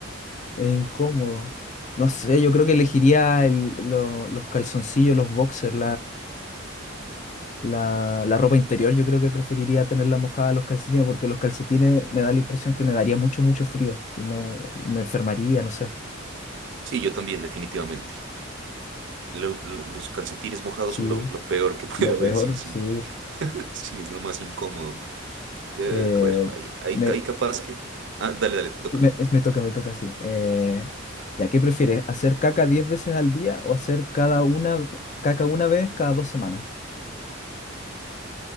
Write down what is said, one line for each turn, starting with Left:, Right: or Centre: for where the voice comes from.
Left: es incómodo. No sé, yo creo que elegiría el- lo- los calzoncillos, los boxers, La, la ropa interior yo creo que preferiría tenerla mojada a los calcetines porque los calcetines me da la impresión que me daría mucho, mucho frío y no me enfermaría, no sé.
Right: Sí, yo también, definitivamente. Lo- lo- los calcetines mojados
Left: Sí,
Right: son lo, lo peor que <laughs> puede
Left: lo
Right: haber,
Left: peor,
Right: sí, sí.
Left: sí.
Right: <laughs> Sí, es lo más incómodo. Eh,
Left: Eh,
Right: bueno, ahí, ahí,
Left: me,
Right: ahí capaz que... Ah, dale, dale, te toca.
Left: me, es- me toca, me toca, sí. Eh, ¿ya qué prefieres? ¿Hacer caca 10 veces al día o hacer cada una caca una vez cada dos semanas?